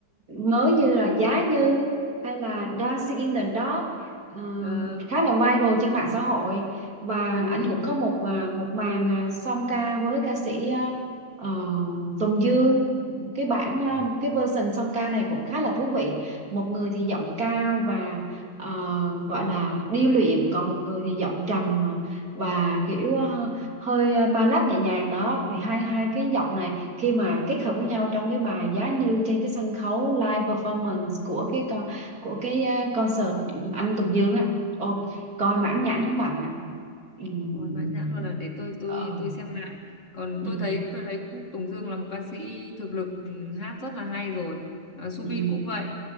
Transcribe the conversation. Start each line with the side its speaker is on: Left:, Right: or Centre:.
Right: mới như là Giá Như hay là Dancing in the Dark ờ,
Left: Ờ,
Right: khá là viral trên mạng xã hội và
Left: vui
Right: anh cũng có một à, một màn à, song ca với ca sĩ à, ờ, Tùng Dương cái bản à,
Left: Ừ,
Right: cái version song ca này cũng khá là thú vị một người thì giọng cao và ờ, gọi là điêu luyện còn một người thì giọng trầm mà và kiểu ờ, hơi ờ, ba lát nhẹ nhàng đó thì hai hai cái giọng này khi mà kết hợp với nhau trong cái bài giá như trên cái sân khấu live performance của cái con của cái ờ, concert ừ, anh Tùng Dương á ôi coi mãn nhãn lắm bạn ạ Ừm,
Left: rồi mãn nhãn luôn là để tôi tôi
Right: ừ
Left: tôi xem lại còn
Right: ừ
Left: tôi thấy tôi thấy cũng Tùng Dương là một ca sĩ thực lực ừ, hát rất là hay rồi Ờ, Subin
Right: ừ
Left: cũng vậy